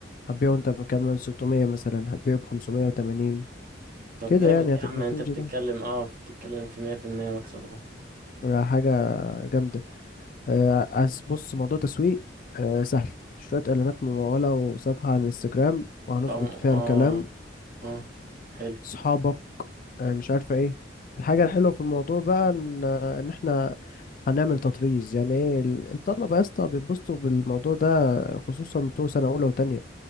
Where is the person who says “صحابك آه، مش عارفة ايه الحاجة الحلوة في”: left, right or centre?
Left